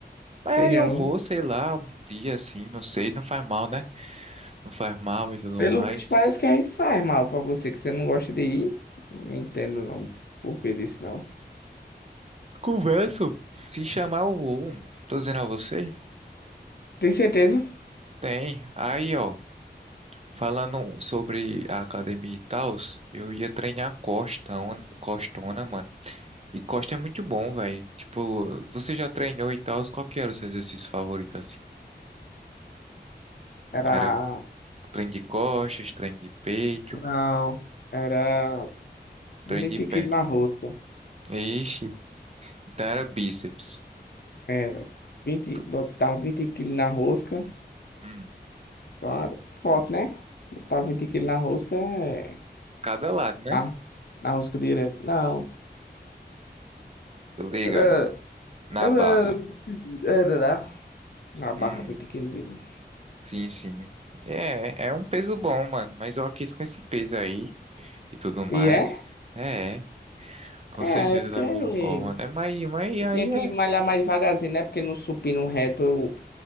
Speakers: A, on the right; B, on the left.
A: Mas
B: Sei
A: aí
B: não.
A: eu vou, sei lá, um dia assim, não sei, não faz mal, né? não faz mal e tudo
B: Pelo
A: mais.
B: visto, parece que aí faz mal pra você, que você não gosta de ir. Não entendo não por que disso, não.
A: Conversam. Se chamar, eu vou. Tô dizendo a você?
B: Tem certeza?
A: Tem. Aí, ó, falando sobre a academia e tal, eu ia treinar costa, on- costona, mano. E costa é muito bom, velho. Tipo, você já treinou e tal, qual que era o seu exercício favorito, assim?
B: Era.
A: Era treino de costas, treino de peito,
B: Não. Era vinte
A: treino de perna.
B: quilos na rosca.
A: Ixi, então era bíceps.
B: Era. 20,
A: Tu-
B: botar 20 quilos na rosca.
A: Hum,
B: Então, forte, né? Botar 20 quilos na rosca é.
A: cada lado, né?
B: Ah, Arrusca direto. Não.
A: Tô ligado.
B: Era.
A: Na
B: Era.
A: barra.
B: Era lá na barra
A: Hum.
B: 20 quilos.
A: Sim, sim. É, é um peso bom, mano. Mas eu quis com esse peso aí e tudo mais.
B: E é?
A: É, é. com
B: É,
A: certeza
B: é porque
A: da melhor forma, né? Mas, mas
B: eu
A: aí
B: tinha que
A: é
B: malhar mais devagarzinho, né? Porque no supino reto eu